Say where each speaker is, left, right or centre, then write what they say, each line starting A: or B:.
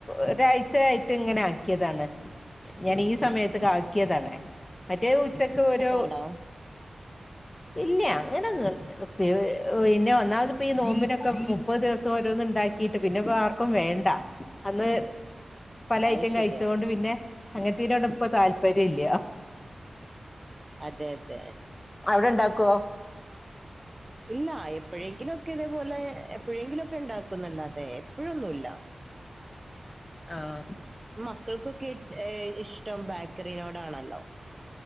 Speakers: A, on the left (about 20°); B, on the right (about 20°).
A: ഒരാഴ്ചയായിട്ട് ഇങ്ങനെ ആക്കിയതാണ് ഞാൻ ഈ സമയത്ത്ക്കാക്കിയതാണ്. മറ്റേത് ഉച്ചക്ക് ഒരു
B: കേട്ടോ
A: ഇല്ല്യാ. അങ്ങനെ ഒന്നു പ് പിന്നെ ഒന്നാമത്പ്പോ ഈ നോമ്പിനൊക്കെ മുപ്പത് ദിവസം ഓരോന്ന്ണ്ടാക്കിട്ട്. പിന്നെപ്പോ ആർ ക്കും വേണ്ട. അന്ന് പല
B: അത്
A: ഐറ്റം
B: ശരിയാ
A: കഴിച്ച കൊണ്ട് പിന്നെ അങ്ങത്തിനോട് ഇപ്പോ താല്പര്യം ഇല്ല
B: അതെ അതെ
A: അവിടെണ്ടാക്കുവോ?
B: ഇല്ല എപ്പോഴെങ്കിലും ഒക്കെ ഇതേപോലെ. എപ്പോഴെങ്കിലും ഒക്കെ ഉണ്ടാക്കുന്നല്ലാതെ എപ്പോഴൊന്നുല്ല
A: ആഹ്
B: മക്കൾക്കൊക്കെ ഏഹ് ഇഷ്ടം ബേക്കറിനോടാണല്ലോ